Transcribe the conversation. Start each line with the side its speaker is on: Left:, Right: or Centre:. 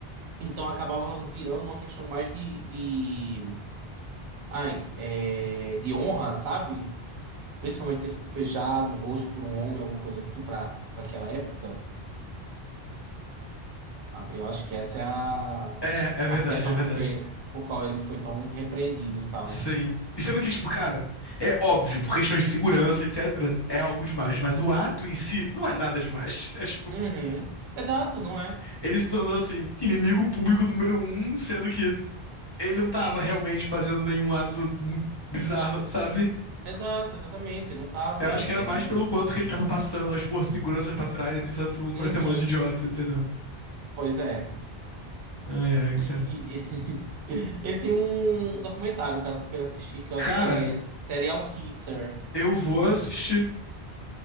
Right: Então acabava virando uma questão mais de, de ai, é, de honra, sabe? Principalmente ter sido beijado no rosto por um homem, alguma coisa assim, para aquela época, sabe? Eu acho que essa é a,
Left: É, é verdade,
Right: a questão
Left: é verdade.
Right: porque, por qual ele foi tão repreendido e tal.
Left: Sim. E sendo que, tipo, cara, é óbvio, por questões de segurança, etc., é algo demais. Mas o ato em si não é nada demais. <laughs> É tipo,
Right: Uhum. Exato, não é?
Left: ele se tornou, assim, inimigo público número um, sendo que ele não tava realmente fazendo nenhum ato bizarro, sabe?
Right: Exato, exatamente, não tava.
Left: Eu acho
Right: E
Left: que era
Right: aí.
Left: mais pelo quanto que ele tava passando as forças de segurança pra trás e fazendo todo mundo parecer
Right: Uhum,
Left: um bando de idiota, entendeu?
Right: pois é.
Left: Ai, ai,
Right: E
Left: cara.
Right: <laughs> ele tem um, um documentário, caso tu queira assistir, que eu
Left: Cara,
Right: acho que é Serial Kisser.
Left: eu vou assistir.